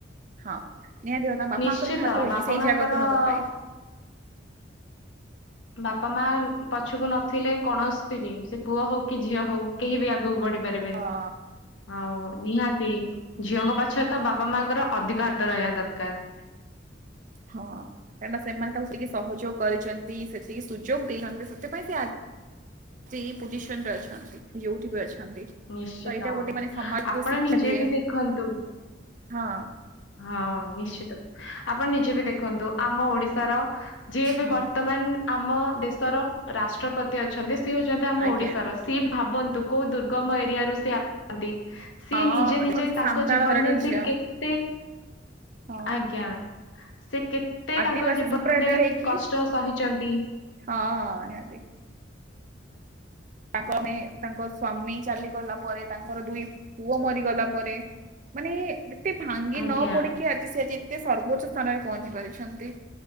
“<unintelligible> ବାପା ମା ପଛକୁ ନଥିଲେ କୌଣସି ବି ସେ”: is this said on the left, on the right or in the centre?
Left